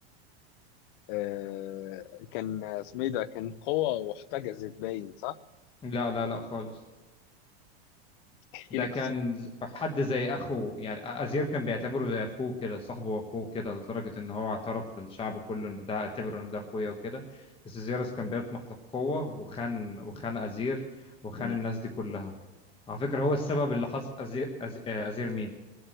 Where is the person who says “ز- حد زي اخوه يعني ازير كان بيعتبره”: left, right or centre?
Left